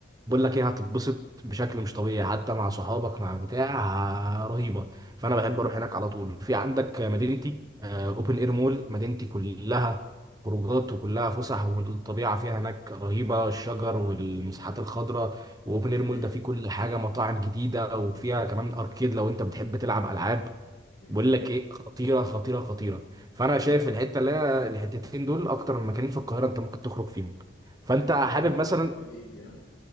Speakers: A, on the right; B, on the left.
A: بقول لك ايه هتتبسط بشكل مش طبيعي حتى مع صحابك مع بتاع ه- رهيبه فانا بحب
B: حلو
A: اروح هناك على طول في عندك
B: حلو
A: مدينتي اوبن اير مول مدينتي كلها خروجات وكلها فسح والطبيعه فيها هناك رهيبه الشجر والمساحات الخضراء واوبن
B: جميل
A: اير مول ده فيه كل حاجه مطاعم جديده وفيها
B: جميل
A: كمان اركيد لو انت بتحب تلعب العاب
B: جميل
A: بقول لك ايه خطيره خطيره خطيره فانا
B: حلو
A: شايف الحته اللي هي الحتتين دول اكتر من مكانين في القاهره انت ممكن تخرج فيهم
B: التجمع
A: فانت حابب
B: ومدينتي
A: مثلا
B: ها